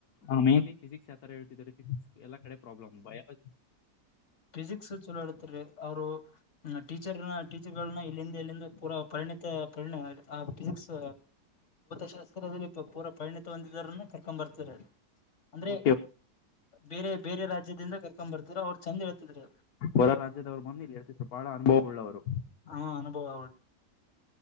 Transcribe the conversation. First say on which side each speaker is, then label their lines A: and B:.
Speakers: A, on the left; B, on the left.
A: ಹಾ ಮೇನ್ಲಿ ಫಿಸಿಕ್ಸ್ ಯಾವ ತರ ಹೇಳ್ತಿದಿದ್ದಾರೆ ಫಿಸಿಕ್ಸ್ ಎಲ್ಲಾ ಕಡೆ ಪ್ರಾಬ್ಲಮ್ ಬಯಾಲಜಿ
B: ಫಿಸಿಿಕ್ಸ್ ಚಲೋ ಆಳ್ತೀ ಅವರು ಮತ್ ಟೀಚರ್ನ ಟೀಚರ್ಗಳನ್ನ ಇಲ್ಲಿಂದ ಎಲ್ಲಿಂದ ಪೂರ ಪರಿಣಿತ ಪರಿಣ ಫಿಸಿಕ್ಸ್. ಶಾಸ್ಕತ್ರದಲ್ಲಿ ಪೂರ ಪರಿಣಿತ ಹೊಂದಿದರನ್ನ ಕರ್ಕೊಂಡ್ ಬರ್ತೀರ. ಅಂದ್ರೆ
A: ಓಕೆ
B: ಬೇರೆ ಬೇರೆ ರಾಜ್ಯದಿಂದ ಕರ್ಕೊ್ ಬರ್ತರೋ ಅವ್ರು ಚೆಂದ ಹೇಳ್ತಿದ್ರೆ.
A: ಹೊರ ರಾಜ್ಯದವ್ ಬಂದ ಇಲ್ಲಿ ಹೇಳ್ತಿ ಬಾಳಾ ಅನುಭವಳ್ಳವರು.
B: ಆ ಅನುಭವ